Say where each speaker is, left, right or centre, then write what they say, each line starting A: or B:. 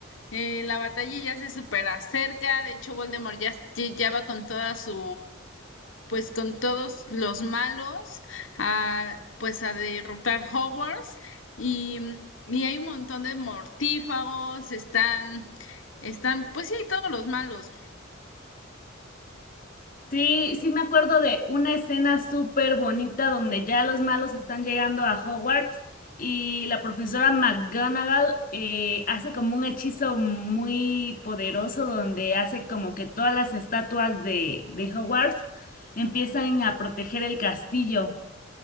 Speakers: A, on the left (about 75°); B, on the left (about 45°).
A: eh, la batalla ya se supera cerca. De hecho, Voldemort ya, ya va con toda su, pues, con todos los malos, a, pues, a derrotar Hogwarts. Y, y hay un montón de mortífagos, están, están, pues sí, todos los malos.
B: Sí, sí me acuerdo de una escena súper bonita donde ya los malos están llegando a Hogwarts y la profesora McGonagall eh, hace como un hechizo muy poderoso donde hace como que todas las estatuas de, de Hogwarts empiezan a proteger el castillo.